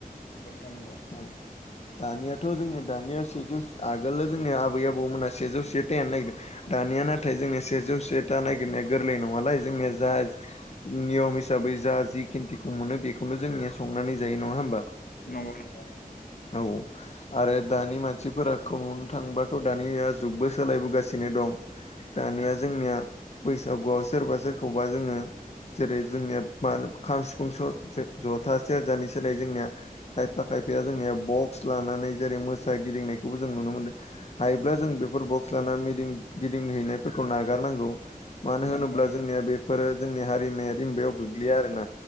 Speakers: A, on the left; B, on the left.
A: नोंथां नंगौ
B: ओम दानियाथ' जोंना दानिया सेजौ आगोलनो जोंनिया आबै आबौमोना सेजौ से थाइनो नागिरदों। दानिया नाथाय जोंना सेजौ से था नागिरनाया गोरलै नङालै जोंनिया जा नियम हिसाबै जा जि खिन्थिखौ मोनो बेखौनो जोंनिया संनानै जायो नङा होमबा।
A: नंगौ नंगौ
B: औ आरो दानि मानसिफोराखौ नुनो थांबा थ' दानिया जुगबो सोलायबोगासिनो दं दानिया जोंनिया बैसागुआव सोरबा सोरखौबा जोङो जेरै जोंनिया मा होनो खाम सिफुं स जों ज'था सेरजानि सोलाय जोंनिया खायफा खायफाया जोंनिया बक्स लानानै जेरै मोसा गिदिंनायखौबो जों नुनो मोनदों। हायोब्ला जों बेफोर बक्स लाना मिदिं गिदिंहैनायफोरखौ नागारनांगौ। मानो
A: नोंथां
B: होनोब्ला
A: नंगौ
B: जोंनिया बेफोरो जोंनि हारिमायारि बेयाव गोग्लैया आरोना